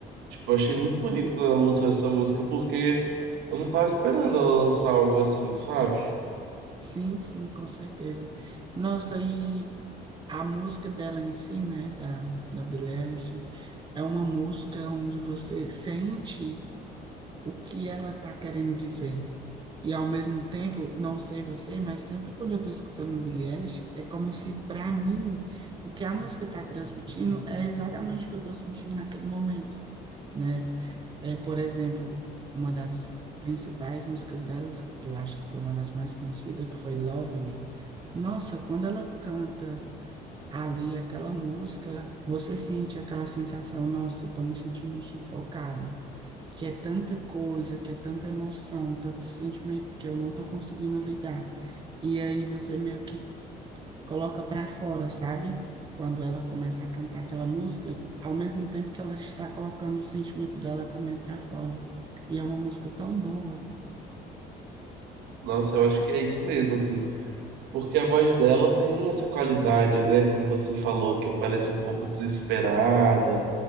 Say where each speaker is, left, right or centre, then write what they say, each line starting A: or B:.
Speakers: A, on the right (about 85°); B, on the right (about 25°).
A: Tipo, eu achei muito bonito quando ela lançou essa música, porque eu não tava esperando ela lançar algo assim, sabe?
B: sim, sim, com certeza. Nossa, e a música dela em si, né, da, da Billie Eilish, é uma música onde você sente o que ela tá querendo dizer. E ao mesmo tempo, não sei você, mas sempre quando eu tô escutando a Billie Eilish, é como se, para mim, o que a música tá transmitindo é exatamente o que eu tô sentindo naquele momento. né? É, por exemplo, uma das principais músicas delas, eu acho que foi uma das mais conhecidas, que foi Lovely. Nossa, quando ela canta ali aquela música, você sente aquela sensação, nossa, eu tô me sentindo sufocado, que é tanta coisa, que é tanta emoção, tanto sentimento que eu não tô conseguindo lidar. E aí você meio que coloca para fora, sabe? Quando ela começa a cantar aquela música, ao mesmo tempo que ela está colocando o sentimento dela também para fora. E é uma música tão boa.
A: Nossa, eu acho que é isso mesmo, assim. Porque a voz dela tem essa qualidade, né? Como você falou, que parece um pouco desesperada.